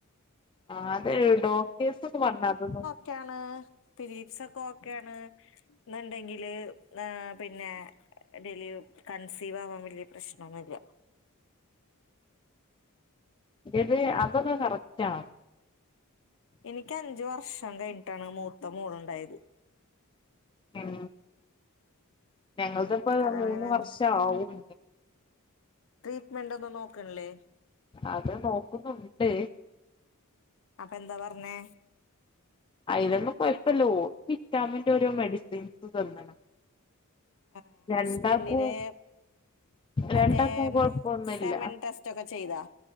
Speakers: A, on the left; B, on the left.
A: ആഹ് അത് ഡോക്ടേഴ്സൊക്കെ പറഞ്ഞ അതൊന്നും
B: ക്കാണ് പരീപ്സ്ഒക്കെ ഒക്കെയാണ് ഇന്നുണ്ടെങ്കില് പിന്നെ ഡെലി കൺസീവ് ആവാൻ വല്യ പ്രശ്നൊന്നുല്ല
A: ഇന്റേത് അതൊക്കെ കറക്റ്റ് ആവും
B: എനിക്ക് അഞ്ച് വർഷം കഴിഞ്ഞിട്ടാണ് മൂത്ത മോളുണ്ടായത്
A: ഉം ഞങ്ങൾത്പ്പ
B: ഉം കല്യാണം
A: മൂന്ന്
B: കഴിഞ്ഞ്
A: വർഷ ആവും
B: ട്രീറ്റ്മെന്റ് ഒന്നും നോക്ക്ണില്ലേ
A: അത് നോക്കുന്നുണ്ട്
B: അപ്പ എന്താ പറഞ്ഞേ
A: അയിലൊന്നു കൊഴപ്പല്ല ഓ വിറ്റാമിന്റെ ഓരോ മെഡിസിൻസ് തന്ന്ണ്
B: ആഹ്
A: രണ്ടാക്കും
B: ഹസ്ബൻഡിന് മറ്റേ
A: രണ്ടാക്കും കൊഴപ്പൊന്നുല്ല
B: സെമൻ ടെസ്റ്റ് ഒക്കെ ചെയ്താ